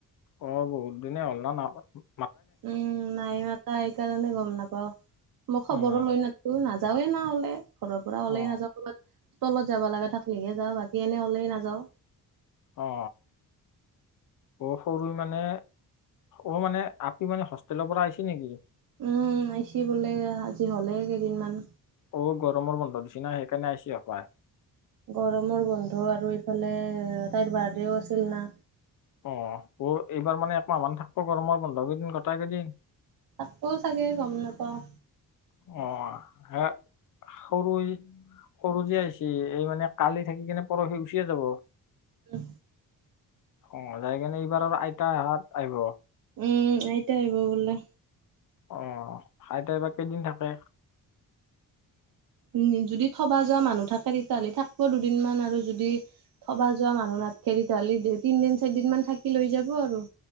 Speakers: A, on the left; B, on the right.
A: অ বহুত দিনে হ'ল ন ন
B: উম নাই মতা এই কাৰণে গম নাপাও মই খবৰো
A: উম
B: লৈ নাথাকো নাজাও। যাওে না 'লে ঘৰ পৰা ওলে
A: অ
B: নাযাওঁ ক'ৰবাত তলত যাব লগা থাকিলেহে যাওঁ বাকী এনে হলেই নাযাওঁ
A: অ অ সৰু মানে। অ মানে আপি মানে হোষ্টেলৰ পৰা আহিছে নেকি?
B: উম আহছ বোলে আজি হ'লেই কেইদিনমান
A: অ গৰমৰ বন্ধ দিছি ন সেইকাৰণে আহিছে হপাই
B: গৰমৰ বন্ধ আৰু ইফালে তাইৰ বাৰ্থডেও আছিল না।।
A: অ ব এইবাৰ মানে একমাহমান থাকিব গৰমৰ বন্ধ কেইদিন গোট কেইদিন-
B: থাকব চাগে গম নাপাওঁ।
A: আহ হে সৰু সৰু যে আহিছে এই মানে কালি থাকি কেনে পৰহি গুচিয়ে যাব।
B: অ,
A: অ যাই কেনে এইবাৰ আৰু আইতা অহাত আহিব।
B: উম আইতা আহিব বোলো।
A: অ আইতাই বা কেইদিন থাকে।
B: উ যদি থবা যোৱা মানুহ থাকে তেতিয়াহ'লে থাকিব দুদিনমান আৰু যদি- থবা যোৱা মানুহ নাথাকে তেতিয়াহলে তিনদিন চাৰি দিন মান থাকি লৈ যাব আৰু-